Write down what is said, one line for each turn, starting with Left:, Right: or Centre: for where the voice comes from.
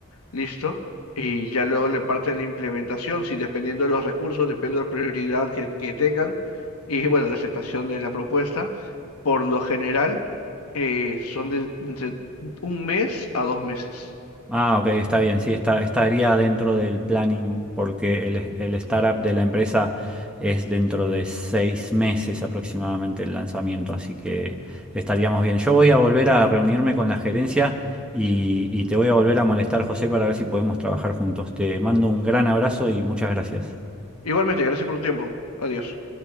Left: Listo. Y ya luego le parte la implementación, si dependiendo de los recursos, depende de la prioridad que, que tengan y bueno, la aceptación de la propuesta. Por lo general, eh, son de entre un mes a dos meses.
Centre: Ah, ok, está bien, sí, está, estaría dentro del planning porque el, el startup de la empresa es dentro de seis meses aproximadamente el lanzamiento, así que estaríamos bien. Yo voy a volver a reunirme con la gerencia y, y te voy a volver a molestar, José, para ver si podemos trabajar juntos. Te mando un gran abrazo y muchas gracias.
Left: Igualmente, gracias por tu tiempo. Adiós.